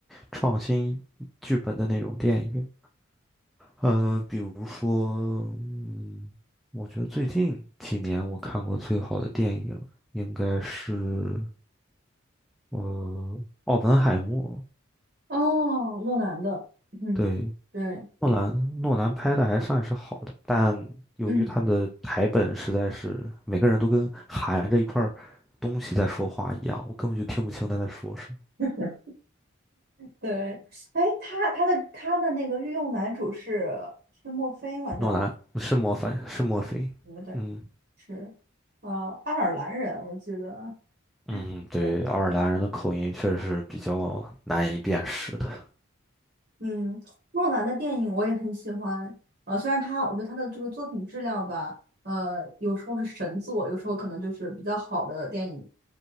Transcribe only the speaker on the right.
哦，诺兰的，嗯，
对，
对
嗯，
<laughs> 对，哎，他他的他的那个御用男主是是墨菲嘛？叫。
对。
是，呃，爱尔兰人，我记得，
对，
嗯，诺兰的电影我也很喜欢，呃，虽然他，我觉得他的这个作品质量吧，呃，有时候是神作，有时候可能就是比较好的电影，